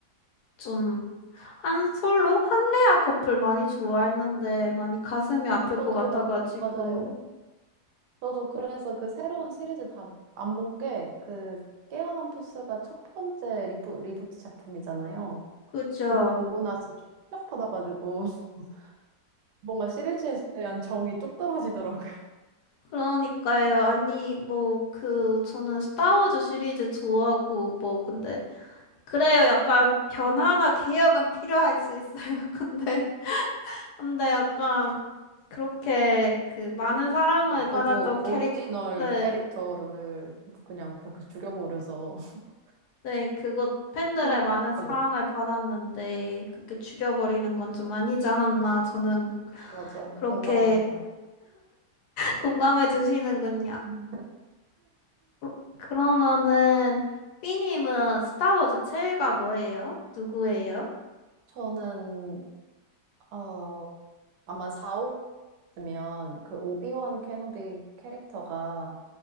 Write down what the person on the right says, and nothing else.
저도요.
맞아요. 저도 그래서 그 새로운 시리즈 다 안 본 게 그 깨어난 포스가 첫 번째 리부 리부트 작품이잖아요.
그거 보고 나서 좀 충격받아가지고 <laughs> 뭔가 시리즈에 대한 정이 뚝 떨어지더라고요.
네,
너무 오리지널
캐릭터를 그냥 그렇게 죽여버려서 <laughs>
충격하게.
맞아요.
공감합니다.
음.
저는 어, 아마 4, 으면 그 오비원 케노비 캐릭터가